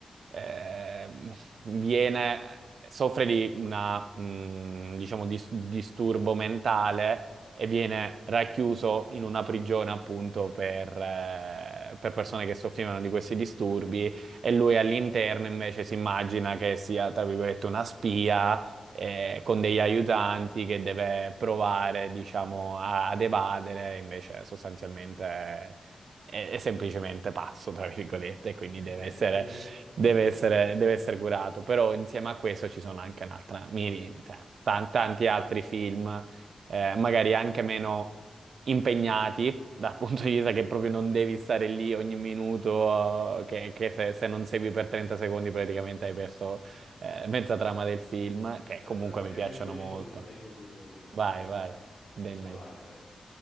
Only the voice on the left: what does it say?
Certo.
<laughs>
Sì, è vero.
Aspetta,
aspetta
che ne indovino
uno, ne indovino uno. Secondo
me,
Equalizer.